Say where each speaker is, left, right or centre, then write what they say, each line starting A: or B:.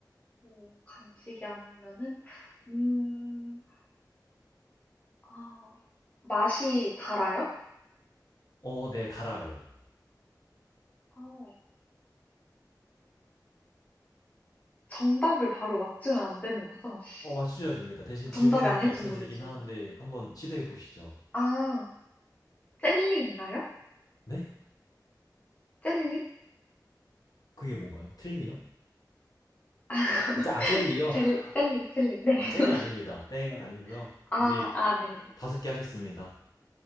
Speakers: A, on the left; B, on the left.
A: 오, 간식이 아니면은, 음, 아, 맛이 달아요?
B: 어, 네, 달아요.
A: 어, 정답을 바로 맞추면 안 되는 거죠?
B: 어, 맞추셔도 됩니다. 대신
A: <laughs>
B: 질문이
A: 정답이 아닐지
B: 하나 없어지긴
A: 모르지만.
B: 하는데 한번 시도해 보시죠.
A: 아, 젤리인가요?
B: 네?
A: 젤리?
B: 그게 뭔가요? 틀리요?
A: <laughs> 아,
B: 짜, 아, 젤리요?
A: 젤,
B: <laughs>
A: 젤리, 젤리. 네. <laughs>
B: 아, 젤리 아닙니다. 땡, 아니고요.
A: 아,
B: 이제
A: 아, 네네. 네.
B: 다섯
A: 네.
B: 개 하셨습니다.